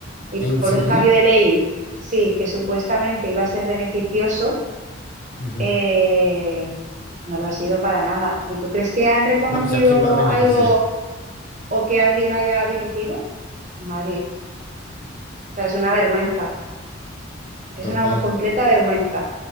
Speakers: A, on the right; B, on the left.
A: Y
B: ¿En
A: por
B: serio?
A: un cambio de ley, sí, que supuestamente iba a ser beneficioso,
B: Ujú.
A: eh, no lo ha sido para nada. ¿Y tú crees que han reconocido
B: No, pues ¿a quién va a beneficiar?
A: algo o que alguien haya dimitido? Nadie. O sea, es una vergüenza. Es
B: Total.
A: una completa vergüenza,